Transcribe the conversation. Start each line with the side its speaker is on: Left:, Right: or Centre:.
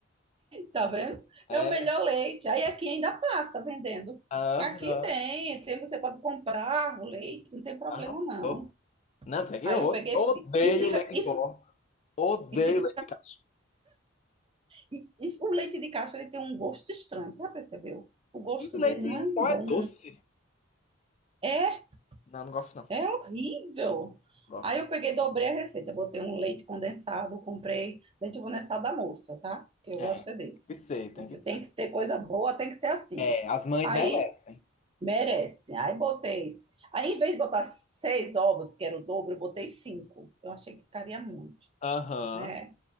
Right: Tá vendo?
Left: É,
Right: É o melhor leite. Aí aqui ainda passa vendendo.
Left: aham,
Right: Aqui tem, tem, você pode comprar o leite, não tem problema
Left: arrasou.
Right: não.
Left: Não, porque aqui
Right: Aí
Left: eu
Right: eu peguei
Left: odeio
Right: fi- e fica
Left: leite
Right: e,
Left: em pó. Odeio
Right: e fica
Left: leite de cacho.
Right: E, e o leite de caixa ele tem um gosto estranho, você já percebeu? O gosto
Left: E leite
Right: dele não
Left: em
Right: é
Left: pó
Right: um bom.
Left: é doce.
Right: É,
Left: Não, não gosto não.
Right: é horrível.
Left: Gosto.
Right: Aí eu peguei, dobrei a receita, botei um leite condensado, comprei leite condensado da moça, tá? Que eu
Left: É,
Right: gosto
Left: tem
Right: é desse.
Left: que ser, tem
Right: Você
Left: que ser.
Right: tem que ser coisa boa, tem que ser assim.
Left: É, as mães
Right: Aí
Left: merecem.
Right: merece. Aí botei. Aí em vez de botar seis ovos, que era o dobro, eu botei cinco. Eu achei que ficaria muito,
Left: Aham.
Right: né?